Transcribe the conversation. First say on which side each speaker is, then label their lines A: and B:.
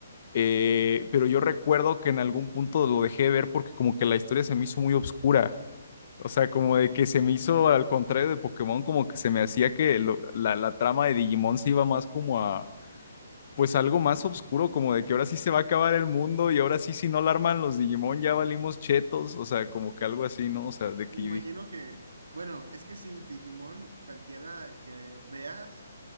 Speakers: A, on the left; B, on the right.
A: eh, pero yo recuerdo que en algún punto lo dejé de ver porque como que la historia se me hizo muy obscura O sea, como de que se me hizo, al contrario de Pokémon, como que se me hacía que lo- la, la trama de Digimon se iba más como a pues algo más oscuro, como de que ahora sí se va a acabar el mundo y ahora sí si no la arman los Digimon ya valimos chetos, o sea, como que algo así, ¿no? O sea, de que
B: Me imagino
A: yo dije,
B: que, bueno, es que si Digimon, cualquiera que veas,